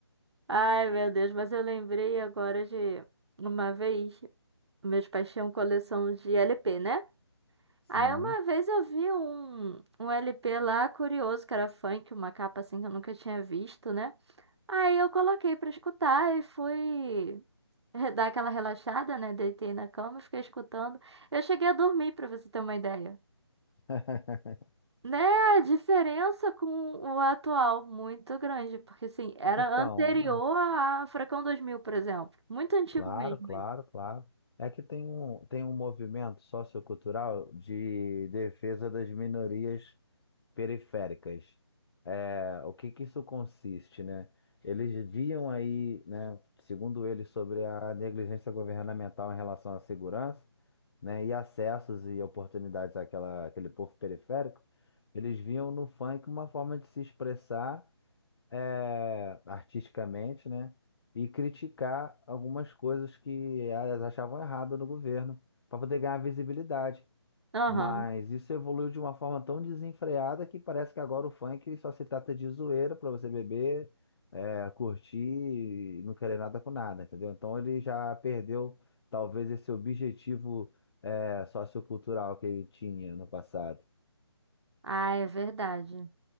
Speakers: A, on the right; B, on the left.
A: Ai, meu Deus, mas eu lembrei agora de uma vez, meus pais tinham coleção de LP, né?
B: Sim.
A: Aí uma vez eu vi um, um LP lá curioso, que era funk, uma capa assim que eu nunca tinha visto, né? Aí eu coloquei pra escutar e fui re- dar aquela relaxada, né? Deitei na cama e fiquei escutando. Eu cheguei a dormir, pra você ter uma ideia.
B: <laughs>
A: Né, a diferença com o atual, muito grande, porque assim, era
B: Então,
A: anterior a Furacão 2000 por exemplo. Muito antigo
B: Claro,
A: mesmo
B: claro,
A: isso.
B: claro. É que tem um, tem um movimento sociocultural de defesa das minorias periféricas. É, o que que isso consiste, né? Eles viam aí, né, segundo eles, sobre a negligência governamental em relação à segurança, né, e acessos e oportunidades àquela, àquele povo periférico, eles viam no funk uma forma de se expressar é, artisticamente, né? E criticar algumas coisas que elas achavam errado no governo, para poder ganhar visibilidade.
A: Aham.
B: Mas isso evoluiu de uma forma tão desenfreada que parece que agora o funk só se trata de zoeira para você beber, é, curtir e não querer nada com nada, entendeu? Então ele já perdeu talvez esse objetivo, é, sociocultural que ele tinha no passado.
A: Ah, é verdade.